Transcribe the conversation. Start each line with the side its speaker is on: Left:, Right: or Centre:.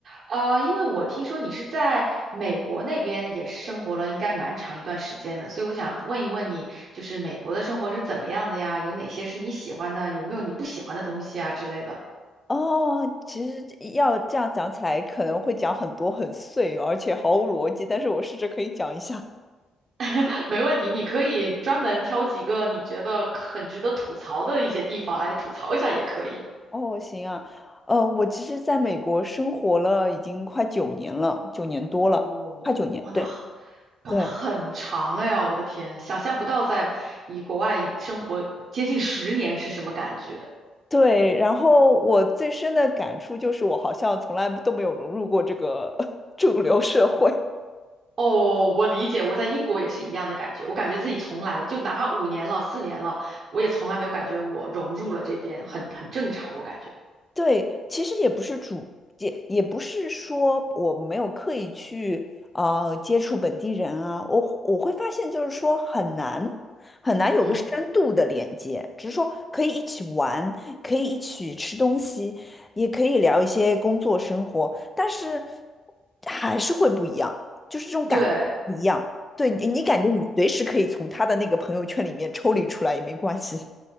Right: 呃，因为我听说你是在美国那边也生活了应该蛮长一段时间的，所以我想问一问你，就是美国的生活是怎么样的呀？有哪些是你喜欢的？有没有你不喜欢的东西啊之类的？
Left: 哦，其实要这样讲起来，可能会讲很多很碎，而且毫无逻辑。但是我试着可以讲一下。<laughs>
Right: <laughs> 没问题，你可以专门挑几个你觉得很值得吐槽的一些地方来吐槽一下也可以。
Left: 哦，行啊，呃，我其实在美国生活了已经快九年了，九年多了，
Right: 哦，
Left: 快九年，
Right: 哇，那
Left: 对
Right: 哇，
Left: 对
Right: 那很长了呀！我的天，想象不到在以国外生活接近十年是什么感觉。
Left: 对。然后我最深的感触就是，我好像从来都没有融入过这个 <laughs> 主流社会。
Right: 哦，我理解，我在英国也是一样的感觉。我感觉自己从来就哪怕五年了、四年了，我也从来没有感觉我融入了这边，很很正常，我感觉。
Left: 对，其实也不是主，也也不是说我没有刻意去呃接触本地人啊，我我会发现就是说很难很难有个深度的连接，
Right: 嗯，
Left: 只是说可以一起玩，可以一起吃东西，也可以聊一些工作生活，但是还是会不一样，就是这种感觉不一样。
Right: 对。
Left: 对你，你感觉你随时可以从他的那个朋友圈里面抽离出来也没关系。